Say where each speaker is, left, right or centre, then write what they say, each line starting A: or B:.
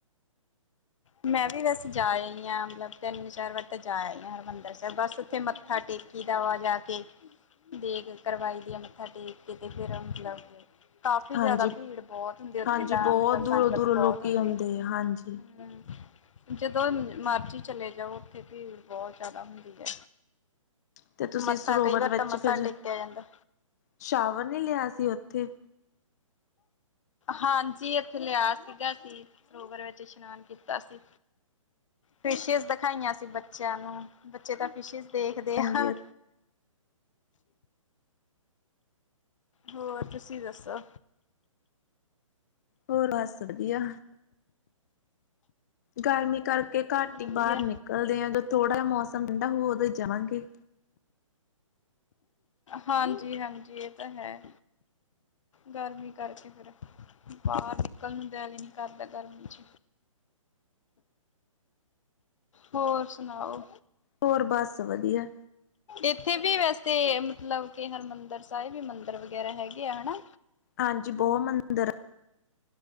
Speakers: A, on the left; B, on the left.
A: ਮੈਂ ਵੀ ਬਸ ਜਾ ਆਈ ਹਾਂ ਮਤਲਬ ਤਿੰਨ ਚਾਰ ਵਾਰ ਤੇ ਜਾ ਆਈ ਹਾ ਹਰਿਮੰਦਰ ਸਾਹਿਬ ਬਸ। ਤੇ ਮੱਥਾ ਟੇਕੀ ਦਾ ਆ ਵਾ ਜਾ ਕੇ। ਦੇਗ ਕਰਵਾਈ ਦੀ ਆ ਮੱਥਾ ਟੇਕ ਕੇ ਤੇ ਫੇਰ ਮਤ ਲਬ ਕੇ- ਕਾਫ਼ੀ
B: ਹਾਂਜੀ,
A: ਜਿਆਦਾ ਭੀੜ ਬੋਤ ਹੁੰਦੀ ਉੱਥੇ
B: ਹਾਂਜੀ
A: ਤਾਂ
B: ਬਹੁਤ
A: ਮਤਲਬ
B: ਦੂਰੋਂ-ਦੂਰੋਂ
A: ਸੰਗਤ ਬਹੁਤ
B: ਲੋਕੀ
A: ਹੁੰਦ
B: ਆਉਂਦੇ
A: ਆ,
B: ਹਾਂਜੀ।
A: ਹੂੰ। ਜਦੋਂ ਮਰਜ਼ੀ ਚਲੇ ਜਾਓ ਉੱਥੇ ਭੀੜ ਬੋਹ ਜਿਆਦਾ ਹੁੰਦੀ ਹੈ।
B: ਤੇ ਤੁਸੀਂ
A: ਮੱਥਾ
B: ਸਰੋਵਰ
A: ਕਈ ਵਾਰ
B: ਦੇ ਵਿੱਚ
A: ਤਾਂ ਮੱਥਾ
B: ਫੇਰ,
A: ਟੇਕਿਆ ਜਾਂਦਾ।
B: ਸ਼ਾਵਰ ਨੀ ਲਿਆ ਸੀ ਉੱਥੇ?
A: ਹਾਂਜੀ ਇੱਥੇ ਲਿਆ ਸੀਗਾ ਸੀ। ਸਰੋਵਰ ਵਿੱਚ ਇਸ਼ਨਾਨ ਕੀਤਾ ਸੀ, ਫਿਸ਼ਿਸ ਦਿਖਾਈਆਂ ਸੀ ਬੱਚਿਆਂ ਨੂੰ। ਬੱਚੇ ਤਾਂ ਫਿਸ਼ਿਸ ਦੇਖਦੇ
B: ਹਾਂਜੀ
A: ਆ। ਹੋਰ ਤੁਸੀਂ ਦੱਸੋ?
B: ਹੋਰ ਬਸ ਵਧੀਆ। ਗਰਮੀ ਕਰਕੇ ਘੱਟ
A: ਵਧੀਆ
B: ਹੀ ਬਾਹਰ ਨਿਕਲਦੇ ਆ ਜਦੋਂ ਥੋੜਾ ਮੌਸਮ ਠੰਡਾ ਹੋ ਉਦੋਂ ਈ ਜਾਵਾਂਗੇ।
A: ਹਾਂਜੀ- ਹਾਂਜੀ ਇਹ ਤਾਂ ਹੈ। ਗਰਮੀ ਕਰਕੇ ਫੇਰ ਬਾਹਰ ਨਿਕਲ ਨੂੰ ਦਿਲ ਈ ਨੀ ਕਰਦਾ ਗਰਮੀ ਚ। ਹੋਰ ਸੁਣਾਓ?
B: ਹੋਰ ਬਸ ਵਧੀਆ।
A: ਇੱਥੇ ਵੀ ਵੈਸੇ ਮਤਲਬ ਕੇ ਹਰਿਮੰਦਰ ਸਾਹਿਬ ਵੀ ਮੰਦਿਰ ਵਗੈਰਾ ਹੈਗੇ ਆ, ਹਨਾ।
B: ਹਾਂਜੀ ਬੋਹ ਮੰਦਿਰ ਆ।